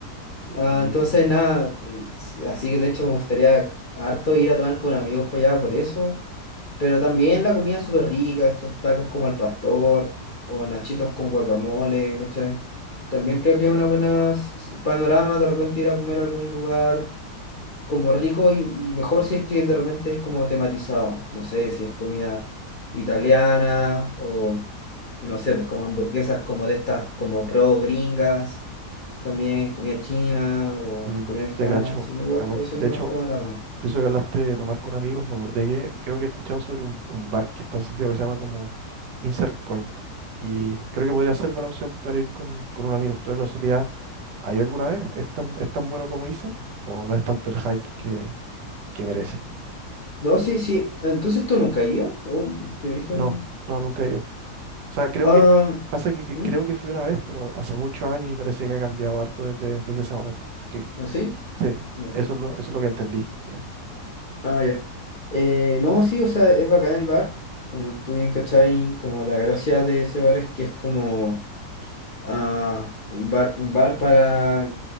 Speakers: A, on the right; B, on the left.
A: sí,
B: Ah,
A: buenísima.
B: entonces, nada, así que de hecho me gustaría harto ir a tomar con amigos para allá por eso. Pero también la comida súper rica, estos tacos como al pastor o nachitos con guacamole, ¿cachai? También
A: Mm,
B: creo que
A: sí.
B: es una buena s- s- panorama de repente ir a comer a algún lugar como rico y, y mejor si es que de repente es como tematizado. No sé, si es comida italiana o no sé, pues como hamburguesas como de estas como pro gringas también comida china o
A: Mm,
B: comida mexicana,
A: te cacho.
B: son igual,
A: Es muy-
B: puede ser
A: De
B: un
A: hecho,
B: buen panorama.
A: De eso que hablaste de tomar con amigos, me acordé que creo que he escuchado sobre un, un bar que está en Santiago que se llama como Insert Coin. Y creo que podría ser buena opción para ir con, con un amigo. ¿Tú de casualidad ahí alguna vez? ¿Es tan, es tan bueno como dicen? ¿O no es tanto el hype que, que merece?
B: No, sí, sí. Entonces tú nunca has ido o de origen
A: No,
B: no.
A: no, nunca he ido. O sea, creo
B: Ah,
A: que pasa que, que
B: ¿mm?
A: creo que fui una vez, pero hace muchos años y parece que ha cambiado harto desde, desde ese momento. Porque
B: ¿No sí?
A: sí,
B: No.
A: eso es lo, eso es lo que entendí. Sí.
B: Ah, ya. Eh, no, sí, o sea, es bacán el bar. Como tú bien cachai, como la gracia de ese bar es que es como ah, un bar, un bar para